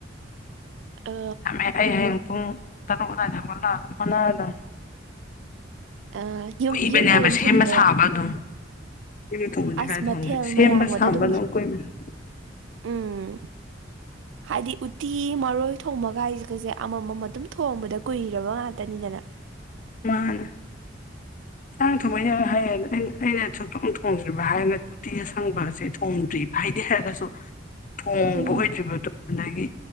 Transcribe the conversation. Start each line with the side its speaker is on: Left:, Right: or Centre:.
Right: ꯑ
Left: ꯌꯥꯝꯃꯦ ꯍꯌꯦ ꯍꯌꯦꯡꯨ ꯄꯨꯡ ꯇꯔꯨꯛ ꯑꯗꯨꯗꯥꯏꯗ ꯍꯧꯒꯠꯂ ꯑꯗꯨꯝ ꯍꯣꯠꯅꯔ ꯑꯗꯨꯝ
Right: ꯑ ꯌꯨꯝ
Left: ꯀꯨꯏꯕꯅꯦꯕ
Right: ꯌꯨꯝꯗ ꯑꯗꯨꯝ
Left: ꯁꯦꯝꯕ
Right: ꯊꯣꯡꯗꯣꯏꯔꯥ
Left: ꯁꯥꯕ ꯑꯗꯨꯝ ꯌꯨꯝꯗ ꯊꯣꯡꯕꯗꯤ
Right: ꯑꯁ
Left: ꯀꯥꯏ
Right: ꯃꯊꯦꯜ
Left: ꯊꯣꯡꯅꯤ ꯁꯦꯝꯕ
Right: ꯃꯌꯥꯝꯒꯗ
Left: ꯁꯥꯕ
Right: ꯑꯗꯨꯝ
Left: ꯀꯨꯏꯕꯅꯤ
Right: ꯎꯝ ꯍꯥꯏꯗꯤ ꯎꯠꯇꯤ ꯃꯔꯣꯏ ꯊꯣꯡꯕꯒꯥꯏꯁꯤꯒꯁꯦ ꯑꯃꯃꯝ ꯑꯗꯨꯝ ꯊꯣꯡꯕꯗ ꯀꯨꯏꯔꯕ ꯉꯥꯛꯇꯅꯤꯗꯅ <inaudible>
Left: ꯃꯥꯥꯟ ꯆꯥꯡ ꯊꯣꯡꯩꯅ ꯍꯥꯏꯌꯦ ꯑꯩꯅ ꯑꯩꯅ ꯁꯊꯣꯛ ꯊꯣꯡꯗ꯭ꯔꯤꯕ ꯍꯥꯏꯔꯅꯗꯤ ꯎꯇꯤ ꯑꯁꯪꯕꯁꯦ ꯊꯣꯡꯗ꯭ꯔꯤꯕ ꯍꯥꯏꯗꯤ ꯍꯥꯏꯔꯒꯁꯨ ꯊꯣꯡꯕ
Right: ꯎꯝ
Left: ꯑꯣꯏꯗ꯭ꯔꯤꯕꯗꯣ ꯑꯗꯒꯤ